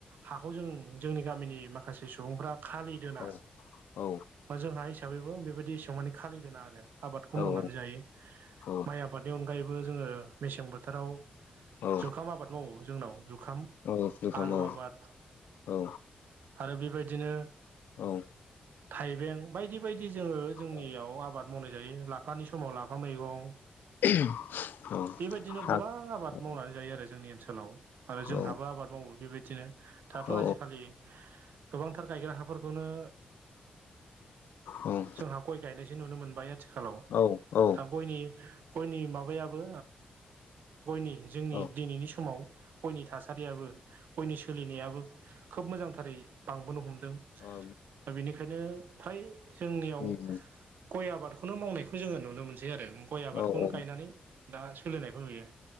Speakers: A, on the right; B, on the left.
A: हाखौ जों जोंनि गामिनि माखासे सुबुंफ्रा खालि दोना
B: औ औ
A: जोंहा हिसाबैबो बेबायदि एसां माने खालि दोना आरो। आबादखौ
B: औ
A: मावनानै जायो
B: औ
A: माइ आबादनि अनगायैबो जोङो मेसें बोथोराव
B: औ
A: जुखाम आबाद मावो जोंनाव जुखाम
B: औ जुखाम
A: आलु
B: औ
A: आबाद
B: औ
A: आरो बेबायदिनो
B: औ
A: थाइबें बायदि-बायदि जोङो जोंनियाव
B: औ
A: आबाद मावनाय जायो लाफानि समाव लाफा मैगं
B: <inaudible> औ
A: बेबायदिनो
B: हा
A: गोबां आबाद
B: औ
A: मावनानै जायो आरो जोंनि ओनसोलाव। आरो जोंहाबो
B: औ
A: आबाद मावो बेबायदिनो दाथ'
B: औ
A: आजिखालि गोबांथार गायग्रा हाफोरखौनो
B: औ
A: जोंहा गय गायनायसो नुनो मोनबाय आथिखालाव
B: औ औ
A: दा गयनि गयनि माबायाबो ओ गयनि जोंनि
B: उम
A: दिनैनि समाव गयनि थासार रियाबो गयनि सोलिनायाबो खोब मोजांथारै बांबोनो हमदों।
B: औ
A: दा बेनिखायनो फ्राय जोंनियाव
B: उम
A: गय आबादखौनो मावनायखौ जोङो नुनो मोनसै आरो। गय आबादखौनो
B: औ औ
A: गायनानै दा सोलिनायखौ नुयो